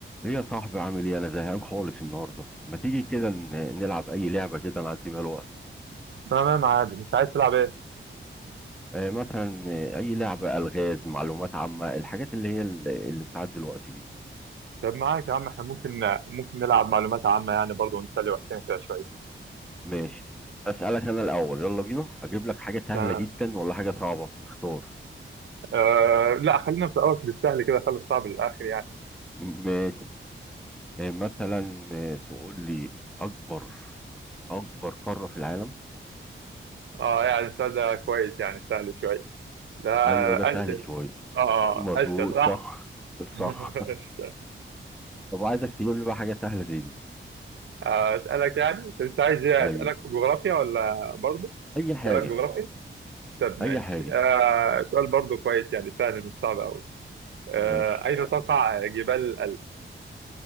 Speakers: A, in the centre; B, on the right.
A: ايه يا صاحبي عامل ايه انا زهقان خالص النهارده ما تيجي كده ن- نلعب اي لعبه كده نعدي بيها الوقت
B: تمام عادي انت عايز تلعب ايه؟
A: آه مثلا آه، اي لعبه الغاز معلومات عامه الحاجات اللي هي ال- اللي بتعدي الوقت دي
B: طب معاك يا عم احنا ممكن ممكن نلعب معلومات عامة يعني برضه ونسلي وقتنا كده شوية
A: ماشي اسالك انا الاول يلا بينا هجيب لك حاجه سهله
B: تمام
A: جدا ولا حاجه صعبه اختار
B: آه لا خلينا في الأول بالسهل كده خلي الصعب للآخر يعني
A: ماشي آه مثلا آه، تقول لي اكبر اكبر قاره في العالم
B: اه يعني السؤال ده كويس يعني سهل شوية لا
A: ايوه ده
B: أسئلة
A: سهل شويه
B: اه
A: مظبوط
B: أسئلة صح؟
A: صح
B: <laughs>
A: صح <laughs> طب عايزك تجيب لي بقى حاجه سهله زي دي
B: آه، أسألك يعني طب انت عايز ايه
A: ايوه
B: أسألك في جغرافيا ولا برضه؟
A: اي حاجه
B: أسألك جغرافيا؟ طب ماشي
A: اي حاجة
B: آه سؤال برضه كويس يعني سهل مش صعب أوي آه
A: ماشي
B: أين تقع جبال الألب؟